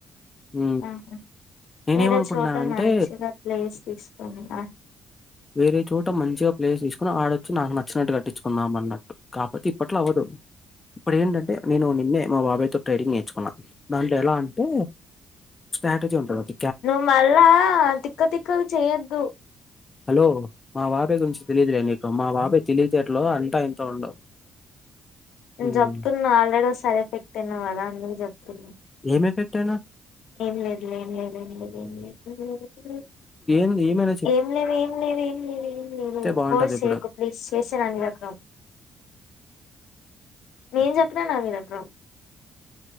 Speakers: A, on the left; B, on the left.
A: ఊ
B: ఆహా.
A: నేనే
B: వేరే
A: ఏమనుకుంటున్నానంటే
B: చోట మంచిగా ప్లేస్ తీసుకొని ఆహా.
A: వేరే చోట మంచిగా ప్లేస్ తీసుకుని ఆడొచ్చి నాకు నచ్చినట్టు కట్టించుకున్నామన్నట్టు కాపోతే ఇప్పట్లో అవ్వదు ఇప్పుడు ఏంటంటే నేను నిన్నే మా బాబాయ్తో ట్రైడింగ్ నేర్చుకున్నా దాంట్లో ఎలా అంటే స్టాటజి ఉంటది అప్
B: నువ్ మళ్ళా తిక్కతిక్కవి చేయ్యొద్దు
A: హలో మా బాబె గురించి తెలిదు లే నీకు మా బాబె తెలివితేటలు అంత ఎంత ఉండవు
B: నేను
A: హ్మ్.
B: చెప్తున్నా ఆల్రెడీ ఒకసారి తిట్టిండు కదా అందుకు చెప్తున్నా
A: ఏం ఎఫెక్ట్ ఐనా
B: ఏం లేదు లే ఏం లేదు ఏం లేదు ఏ లేదు ఊ ఊ
A: నువ్ ఏమన్న చెప్
B: ఏం లేదు ఏం లేదు ఏం లేదు ఏం లేదు
A: బావుంటదిప్పుడు.
B: ఫోర్స్ చెయ్యకు ప్లీజ్ చేశాను అని రకం నేను చెప్పిన నవిన ప్రో